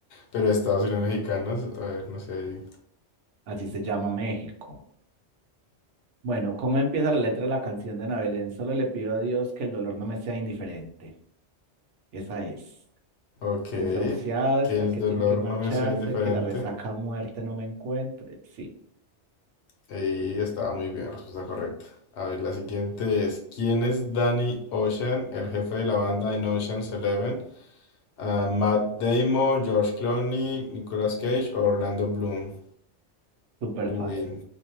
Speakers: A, on the left; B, on the right.
A: Pero Estados Unidos mexicanos, a ver, no sé, ahí
B: así se llama México. Bueno, ¿cómo empieza la letra de la canción de Ana Belén? Solo le pido a Dios que el dolor no me sea indiferente. Esa es.
A: Ok,
B: Desahuciado, está
A: que el
B: el que
A: dolor
B: tiene que marcharse,
A: no me sea indiferente.
B: que la resaca a muerte no me encuentre. Sí,
A: Y estaba muy bien, respuesta correcta. A ver, la siguiente es, ¿quién es Danny Ocean, el jefe de la banda en Ocean's Eleven? Ah, Matt Damon, George Clooney, Nicolas Cage o Orlando Bloom.
B: súper
A: Uy,
B: fácil.